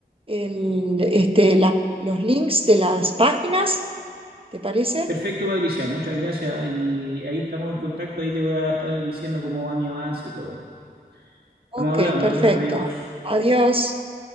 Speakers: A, on the right; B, on the right.
A: el, este, la- los links de las páginas, ¿te parece?
B: Perfecto, Patricia, muchas gracias. Y ahí estamos en contacto, ahí te voy a estar diciendo cómo va mi avance y todo. Estamos
A: Ok,
B: hablando,
A: perfecto.
B: adiós.
A: Adiós.